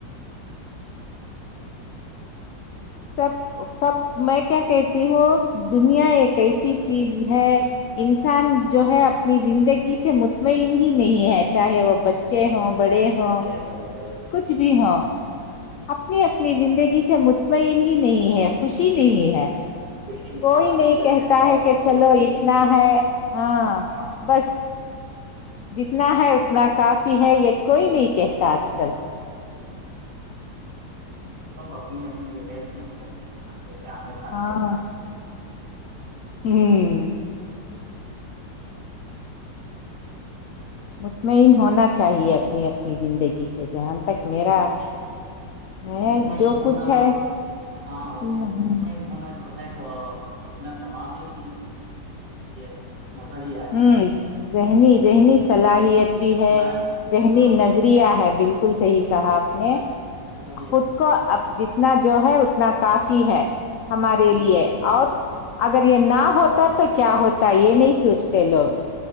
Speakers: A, on the left; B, on the right.
A: سب سب میں کیا کہتی ہوں دنیا ایک ایسی چیز ہے انسان جو ہے اپنی زندگی سے مطمئن ہی نہیں ہے چاہے وہ بچے ہوں بڑے ہوں
B: بچے ہ ب
A: کچھ بھی ہاں اپنی اپنی اپنی زندگی سے مطمئن ہی نہیں ہے خوشی نہیں ہے
B: خوشی
A: کوئی
B: ہاں
A: نہیں
B: مگن
A: کہتا
B: ہیں سب
A: ہے
B: اپنی
A: کہ چلو
B: اپنی
A: اتنا ہے ہاں
B: ہاں
A: بس جتنا ہے اتنا کافی ہے یہ کوئی نہیں کہتا آج کل
B: سب اپنی اپنی ریس میں مدن ہیں جیسے عامر خان
A: ہاں
B: پیداروش ہے
A: <inaudible> مطمئن ہونا چاہیے اپنی اپنی زندگی سے جہاں تک
B: بالکل
A: میرا
B: ہونا چاہیے
A: ہے
B: مطمئن
A: جو
B: ہونا
A: کچھ ہے اسی
B: ہاں وہ
A: میں ہوں
B: مطمئن ہونا چاہے جو ہے وہ اپنا دماغی یہ ہے نظریہ ہے
A: ہوں ذہنی ذہنی صلاحیت بھی ہے
B: ذلائع
A: ذہنی
B: ہاں
A: نظریہ ہے بالکل بالکل صحیح کہا آپ نے
B: نظریہ
A: خود
B: ہے
A: کو اب جتنا جو ہے اتنا کافی ہے ہمارے
B: بالکل
A: لیے اور اگر یہ نہ ہوتا تو کیا ہوتا یہ نہیں سوچتا تلگ